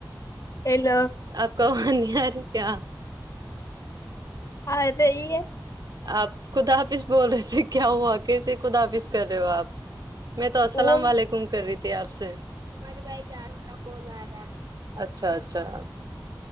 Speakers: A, on the left (about 40°); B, on the right (about 55°).
A: ہیلو
B: آپ کو آواز نہیں ارے کیا
A: آرہی ہے
B: آپ خدا حافظ بول رہے تھے کیا ہوا کیسے خدا حافظ کر رہے ہو آپ میں تو السلام
A: وہ
B: وعلیکم کر رہی تھی آپ سے تمہارے بھائی جان کال آرا تھا اچھا اچھا